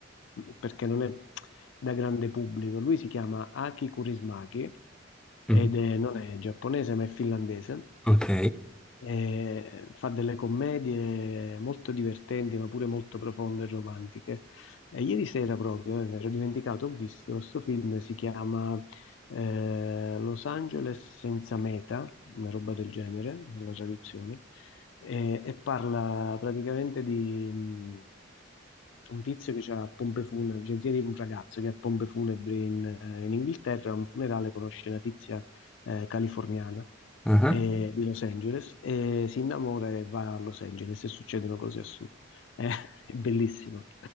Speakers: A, on the left; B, in the centre.
A: perché non è da grande pubblico, lui si chiama Aki Kaurismäki ed
B: Mm,
A: è- non è giapponese ma è finlandese
B: Ok.
A: eh, fa delle commedie molto divertenti, ma pure molto profonde e romantiche. E ieri sera proprio, eh, mi ero dimenticato, ho visto questo film, si chiama eh, Los Angeles senza meta, una roba del genere, la traduzione, e, e parla praticamente di mh, un tizio che ha pompe funebri, agenzia di un ragazzo che ha pompe funebri in, eh, in Inghilterra, a un funerale conosce la tizia eh, californiana
B: ah.
A: eh, di Los Angeles e si innamora e va a Los Angeles e succedono cose assurde. Eh, <laughs> è bellissimo.